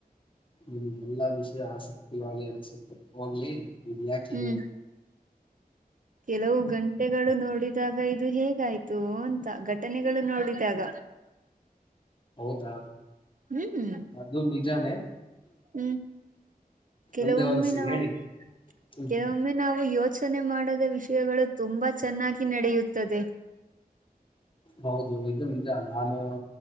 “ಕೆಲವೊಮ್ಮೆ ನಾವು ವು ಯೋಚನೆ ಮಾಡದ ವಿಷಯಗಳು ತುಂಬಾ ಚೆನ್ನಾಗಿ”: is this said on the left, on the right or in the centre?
Right